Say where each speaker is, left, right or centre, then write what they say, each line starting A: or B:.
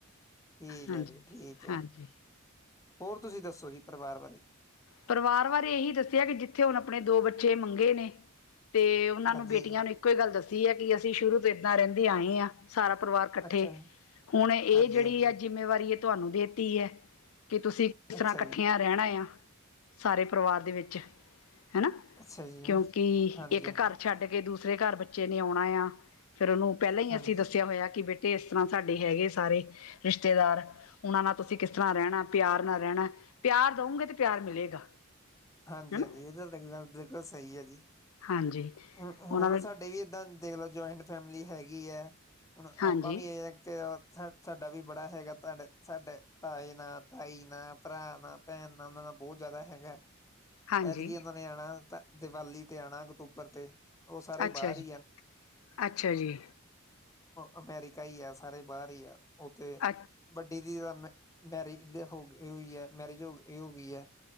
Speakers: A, on the left; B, on the left.
A: ਠੀਕ
B: ਹਾਂਜੀ
A: ਹੈ ਜੀ ਠੀਕ ਹੈ
B: ਹਾਂਜੀ।
A: ਹੋਰ, ਤੁਸੀਂ ਦੱਸੋ ਜੀ ਪਰਿਵਾਰ ਬਾਰੇ?
B: ਪਰਿਵਾਰ ਬਾਰੇ ਇਹੀ ਦੱਸਿਆ ਕਿ ਜਿੱਥੇ ਹੁਣ ਆਪਣੇ ਦੋ ਬੱਚੇ ਮੰਗੇ ਨੇ ਤੇ ਉਹਨਾਂ
A: ਹਾਂਜੀ
B: ਨੂੰ ਬੇਟੀਆਂ ਨੂੰ ਇੱਕੋ ਹੀ ਗੱਲ ਦੱਸੀ ਐ ਕਿ ਅਸੀਂ ਸ਼ੁਰੂ ਤੋਂ ਏਦਾ ਰਹਿੰਦੇ ਆਏ ਆ, ਸਾਰਾ ਪਰਿਵਾਰ- ਇਕੱਠੇ,
A: ਅੱਛਾ
B: ਹੁਣ ਇਹ
A: ਹਾਂਜੀ
B: ਜਿਹੜੀ
A: ਹਾਂਜੀ
B: ਆ ਜਿੰਮੇਵਾਰੀ ਇਹ ਤੁਹਾਨੂੰ ਦੇ ਤੀ ਐ। ਕਿ ਤੁਸੀਂ ਕਿਸ
A: ਅੱਛਾ
B: ਤਰ੍ਹਾਂ ਇਕੱਠੀਆਂ
A: ਜੀ
B: ਰਹਿਣਾ ਆ, ਸਾਰੇ ਪਰਿਵਾਰ ਦੇ ਵਿੱਚ। ਹੈਨਾ,
A: ਅੱਛਾ ਜੀ
B: ਕਿਉਂਕਿ
A: ਹਾਂਜੀ
B: ਇੱਕ
A: ਹਾਂਜੀ
B: ਘਰ ਛੱਡ ਕੇ ਦੂਸ ਰੇ ਘਰ ਬੱਚੇ ਨੇ ਆਉਣਾ ਆ, ਫ਼ਿਰ ਉਹਨੂੰ ਪਹਿਲਾਂ ਹੀ
A: ਹਾਂਜੀ
B: ਅਸੀਂ ਦੱਸਿਆ ਹੋਇਆ ਕਿ ਬੇ ਤੇ, ਇਸ ਤਰ੍ਹਾਂ ਸਾਡੇ ਹੈਗੇ ਸਾਰੇ ਰਿਸ਼ਤੇਦਾਰ ਉਹਨਾਂ ਨਾਲ ਤੁਸੀਂ ਕਿਸ ਤਰ੍ਹਾਂ ਰਹਿਣਾ। ਪਿਆਰ ਨਾਲ ਰਹਿਣਾ, ਪਿਆਰ ਦਊਂਗੇ ਤੇ ਪਿਆਰ ਮਿਲੇਗਾ।
A: ਹਾਂਜੀ-ਹਾਂਜੀ
B: ਹਨਾ
A: ਇਧਰ ਗੱਲ ਬਿਲਕੁਲ ਸਹੀ ਹੈ ਜੀ
B: ਹਾਂਜੀ
A: ਹੁ ਹੁਣ
B: ਉਹਨਾਂ ਨੂੰ
A: ਸਾਡੇ ਏਦਾ ਂ ਦੇਖ ਲਓ, ਜੁਆਇੰਟ ਫੈਮਿਲੀ ਹੈਗੀ ਹੈ। ਹੁਣ
B: ਹਾਂਜੀ
A: ਆਪਾਂ ਵੀ ਇਹ ਸਾ ਸਾਡਾ ਵੀ ਬੜਾ ਹੈਗਾ ਤੁਹਾਡੇ ਸਾਡੇ ਤਾਏ ਨਾਲ, ਤਾਈ ਨਾਲ, ਭਰਾ ਨਾਲ। ਭੈਣ ਦਾ ਉਹਨਾ ਨਾਲਾ ਬਹੁਤ ਜ਼ਿਆਦਾ ਹੈਗਾ।
B: ਹਾਂਜੀ
A: ਏਤਕੀ ਉਹਨਾਂ ਨੇ ਆਣਾ ਦੀਵਾਲੀ ਤੇ ਆਣਾ ਅਕਤੂਬਰ ਤੇ। ੳਹ ਸਾਰੇ੍
B: ਅੱਛਾ
A: ਬਾਹਰ
B: ਜੀ
A: ਉਹ
B: ਅੱਛਾ ਜੀ
A: ਅਮੈਰੀਕਾ ਹੀ ਆ। ਸਾਰੇ ਬਾਹਰ ਹੀ ਆ। ਉੱਥੇ
B: ਅ
A: ਵੱਡੀ ਦੀਦੀ ਮ- ਮੈਰਿਜ ਹੋ ਗਈ ਹੋਈ ਹੈ, ਮੈਰਿਜ ਹੋ ਇਹ ਹੋ ਗਈ ਹੈ।